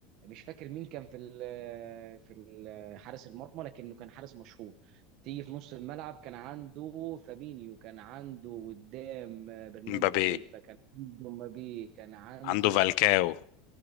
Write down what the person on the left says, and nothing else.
مبابي
عنده فالكاو